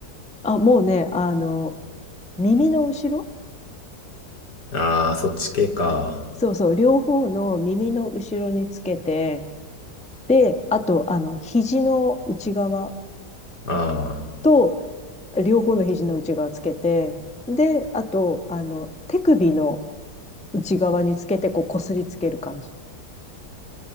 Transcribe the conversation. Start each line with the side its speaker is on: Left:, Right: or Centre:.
Centre: あ、もうね、あの、耳の後ろ
Left: ああー、そっち系か。
Centre: そうそう、両方の耳の後ろにつけて、で、あと、あの、肘の内側
Left: ああ、
Centre: と両方の肘の内側つけて、で、あと、あの、手首の内側につけて、こう、こすりつける感じ。